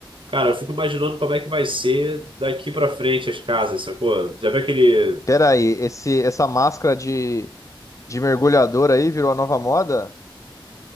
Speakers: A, on the right; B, on the left.
A: cara, eu fico imaginando como é que vai ser daqui pra frente as casas, sacou? Já viu aquele.
B: Pera aí, esse, essa máscara de, de mergulhador aí virou a nova moda?